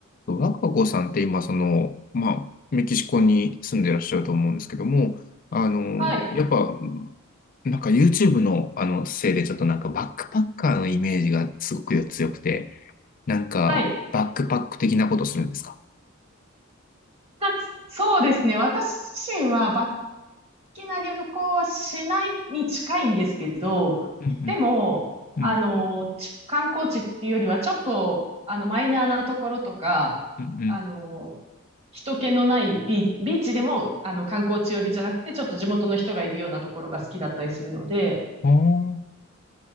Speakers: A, on the left; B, on the right.
A: 若子さんって今、その、まあ、メキシコに住んでらっしゃると思うんですけども、あの、
B: はい。
A: やっぱ、なんか YouTube のあのせいでちょっとなんかバックパッカーのイメージがすごく強くて、なんかバックパック的なことするんですか
B: はい。たそうですね。私自身は、バッキな旅行はしないに近いんですけど、
A: うん
B: でも、
A: うんうん
B: あの、ち観光地っていうよりは、ちょっと、あの、マイナーなところとか、
A: うん
B: あの、人気のないビー、ビーチでも、あの、観光地寄りじゃなくて、ちょっと地元の人がいるようなところが好きだったりするので、
A: うん。あ